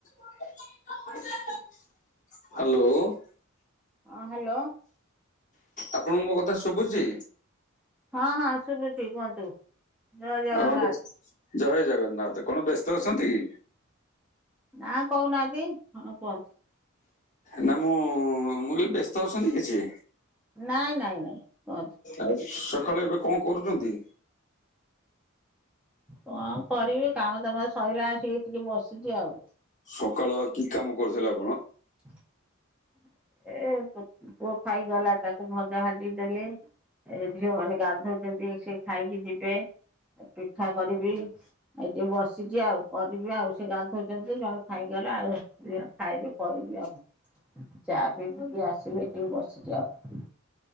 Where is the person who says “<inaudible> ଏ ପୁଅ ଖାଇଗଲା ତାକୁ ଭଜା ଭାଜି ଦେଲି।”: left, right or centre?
Centre